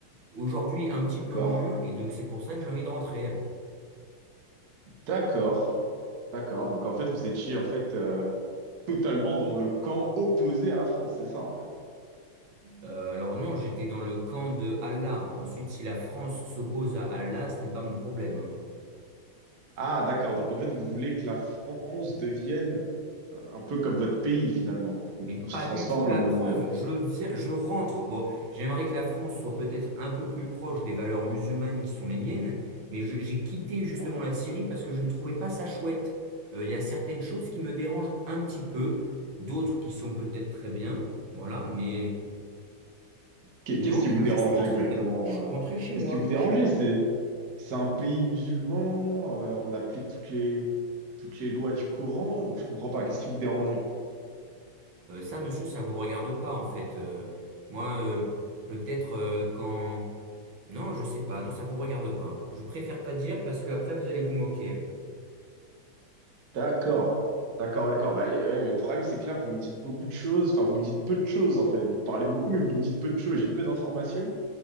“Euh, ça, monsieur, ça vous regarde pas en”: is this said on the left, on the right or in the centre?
Right